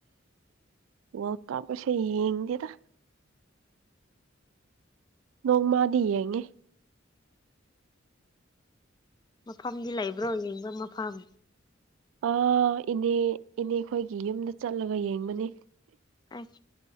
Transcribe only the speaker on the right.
ꯋꯥ ꯀꯥꯝ ꯀꯁ ꯌꯦꯡꯗꯦꯗ ꯅꯣꯡꯃꯗꯤ ꯌꯦꯡꯉꯦ
ꯑꯥ ꯏꯅꯦ ꯏꯅꯦ ꯑꯩꯈꯣꯏꯒꯤ ꯌꯨꯝꯗ ꯆꯠꯂꯒ ꯌꯦꯡꯕꯅꯦ